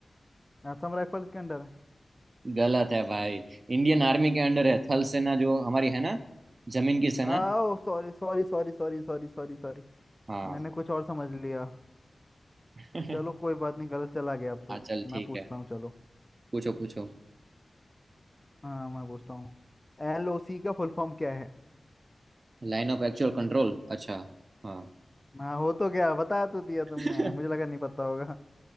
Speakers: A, on the left; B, on the right.
A: असम राइफल्स के अंडर है
B: गलत है भाई इंडियन आर्मी के अंडर है थल सेना जो हमारी है ना जमीन की सेना
A: आओ sorry sorry sorry sorry sorry sorry sorry
B: हाँ
A: मैंने कुछ और समझ लिया
B: <laughs>
A: चलो कोई बात नहीं गलत चला गया अब तो
B: हाँ चल ठीक
A: मैं पूछता
B: है
A: हूँ चलो
B: पूछो पूछो
A: हाँ मैं पूछता हूँ एल ओ सी का फुल फॉर्म क्या है
B: Line of actual control अच्छा हाँ
A: हाँ हो तो गया बता तो दिया तुमने
B: <laughs>
A: मुझे लगा नहीं पता होगा